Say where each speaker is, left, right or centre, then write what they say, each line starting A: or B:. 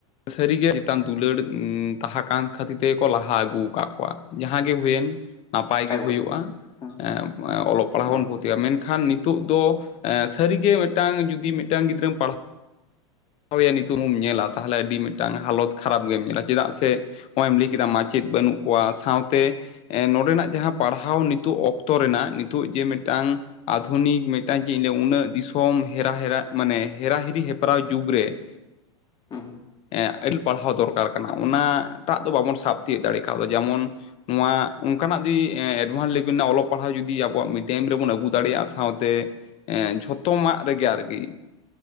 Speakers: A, on the left (about 40°); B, on the left (about 25°).
A: ᱥᱟᱹᱨᱤ ᱜᱮ <inaudible> ᱪᱮᱛᱟᱱ ᱫᱩᱞᱟᱹᱲ ᱩᱸᱜᱼᱼ ᱛᱟᱦᱟ ᱠᱟᱱ ᱠᱷᱟᱹᱛᱤᱨ ᱛᱮ ᱠᱚ ᱞᱟᱦᱟ ᱟᱹᱜᱩ ᱟᱠᱟᱫ ᱠᱚᱣᱟ ᱡᱟᱦᱟᱸ ᱜᱮ ᱦᱩᱭ ᱮᱱ ᱱᱟᱯᱟᱭ ᱜᱮ
B: ᱮᱠᱵᱟᱨᱮ
A: ᱦᱩᱭᱩᱜᱼᱟ ᱮᱸ-ᱮᱸ
B: ᱦᱩᱸ
A: ᱚᱞᱚᱜ ᱯᱟᱲᱦᱟᱣ
B: ᱦᱩᱸ
A: ᱵᱚᱱ ᱯᱳᱫ ᱛᱮᱭᱟᱜ ᱢᱮᱱᱠᱷᱟᱱ ᱱᱤᱛᱚᱜ ᱫᱚ ᱥᱟᱹᱨᱤᱜᱮ ᱢᱤᱫᱴᱟᱝ ᱡᱩᱫᱤ ᱢᱤᱫᱴᱟᱝ ᱜᱤᱫᱽᱨᱟᱹᱢ ᱯᱟᱲᱦᱟᱣ <unintelligible> ᱱᱤᱛᱚᱜ ᱵᱚᱱ ᱧᱮᱞᱟ ᱛᱟᱦᱚᱞᱮ ᱟᱹᱰᱤ ᱢᱤᱫᱴᱟᱝ ᱦᱟᱞᱚᱛ ᱠᱷᱟᱨᱟᱯ ᱜᱮᱢ ᱧᱮᱞᱟ ᱪᱮᱫᱟᱜ ᱥᱮ ᱱᱚᱜᱼᱚᱭ ᱮᱢ ᱞᱟᱹᱭ ᱠᱮᱫᱟ ᱢᱟᱪᱮᱛ ᱵᱟᱹᱱᱩᱜ ᱠᱚᱣᱟ ᱥᱟᱶᱛᱮ ᱮᱸ ᱱᱚᱸᱰᱮᱱᱟᱜ ᱡᱟᱦᱟᱸ ᱯᱟᱲᱦᱟᱣ ᱱᱤᱛᱚᱜ ᱚᱠᱛᱚ ᱨᱮᱱᱟᱜ ᱱᱤᱛᱚᱜ ᱡᱮ ᱢᱤᱫ ᱢᱤᱫᱴᱟᱝ ᱟᱫᱷᱩᱱᱤᱠ ᱢᱤᱫᱴᱟᱝ ᱡᱮ ᱤᱧ ᱞᱤᱭᱟ ᱩᱱᱟᱹᱜ ᱫᱤᱥᱚᱢ ᱦᱮᱨᱟ-ᱦᱮᱨᱟ ᱢᱟᱱᱮ ᱦᱮᱨᱟ-ᱦᱤᱨᱤ ᱦᱮᱯᱨᱟᱣ ᱡᱩᱜᱽ ᱨᱮ
B: ᱦᱩᱸ
A: ᱮᱸ ᱟᱹᱰᱤᱞ ᱯᱟᱲᱦᱟᱣ ᱫᱚᱨᱠᱟᱨ ᱠᱟᱱᱟ ᱚᱱᱟ ᱴᱟᱜ ᱫᱚ ᱵᱟᱵᱚᱱ ᱥᱟᱵ ᱛᱤᱭᱟᱹᱜ ᱫᱟᱲᱮ ᱟᱠᱟᱣᱫᱟ ᱡᱮᱢᱚᱱᱼᱼ ᱱᱚᱣᱟ ᱚᱱᱠᱟᱱᱟᱜ ᱫᱤ ᱮᱸ ᱮᱰᱵᱷᱟᱱᱥ ᱞᱮᱵᱮᱞ ᱨᱮᱱᱟᱜ ᱚᱞᱚᱜ ᱯᱟᱲᱦᱟᱜ ᱡᱩᱫᱤ ᱟᱵᱚᱣᱟᱜ ᱢᱤᱰᱭᱟ. ᱢ ᱨᱮᱵᱚᱱ ᱟᱹᱜᱩ ᱫᱟᱲᱮᱭᱟᱜ-ᱟ ᱥᱟᱶᱛᱮᱼᱼ ᱮᱸ ᱡᱷᱚᱛᱼᱼ ᱛᱚᱢᱟᱜ ᱨᱮ ᱜᱮ ᱟᱨ ᱜᱤ